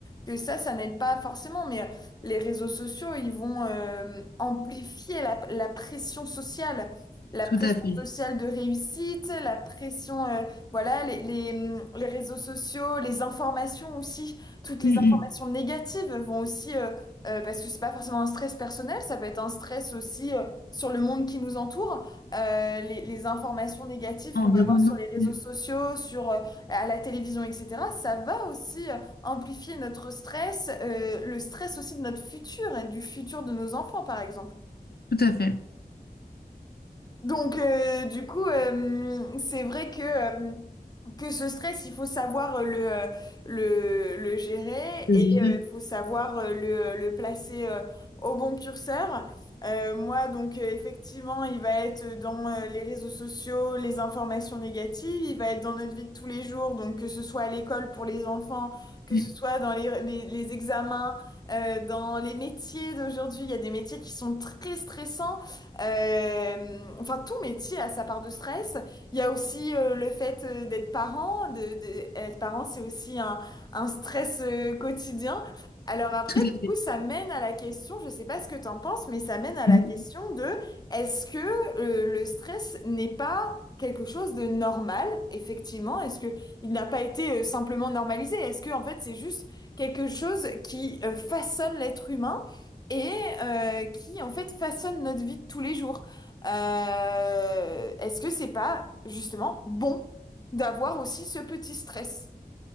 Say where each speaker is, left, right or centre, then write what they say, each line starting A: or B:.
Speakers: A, on the left; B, on the left.
A: que ça, ça n'aide pas forcément, mais euh, les réseaux sociaux, ils vont euh, amplifier la, la pression sociale. La
B: Tout
A: pression
B: à fait.
A: sociale de réussite, la pression, euh, voilà, les, les, hum, les réseaux sociaux, les informations aussi, toutes les
B: Mm, mm.
A: informations négatives vont aussi, euh, euh, parce que c'est pas forcément un stress personnel, ça peut être un stress aussi euh, sur le monde qui nous entoure euh, les, les informations négatives
B: Environnant.
A: qu'on va voir sur les réseaux
B: Mm.
A: sociaux, sur, euh, à la télévision, etc., ça va aussi euh, amplifier notre stress, euh, le stress aussi de notre futur et du futur de nos enfants, par exemple.
B: Tout à fait.
A: Donc, euh, du coup, euh, c'est vrai que, euh, que ce stress, il faut savoir euh, le, euh, le, le gérer
B: Je
A: et
B: dirais.
A: euh, il faut savoir euh, le, le placer euh, au bon curseur. Euh, moi, donc, euh, effectivement, il va être dans euh, les réseaux sociaux, les informations négatives, il va être dans notre vie de tous les jours, donc que ce soit à l'école pour les enfants, que
B: Mm.
A: ce soit dans les, les, les examens, euh, dans les métiers d'aujourd'hui, il y a des métiers qui sont très stressants. Euh, enfin, tout métier a sa part de stress. Il y a aussi euh, le fait euh, d'être parent. De, de- être parent, c'est aussi un, un stress euh, quotidien. Alors après,
B: Tout à
A: du coup, ça mène à la question, je sais pas ce que t'en penses, mais ça mène à
B: fait.
A: la question de est-ce que euh, le stress n'est pas quelque chose de normal, effectivement? Est-ce que il n'a pas été euh, simplement normalisé? Est-ce que en fait, c'est juste quelque chose qui euh, façonne l'être humain? et euh, qui en fait façonne notre vie de tous les jours. Euh, est-ce que c'est pas justement bon d'avoir aussi ce petit stress?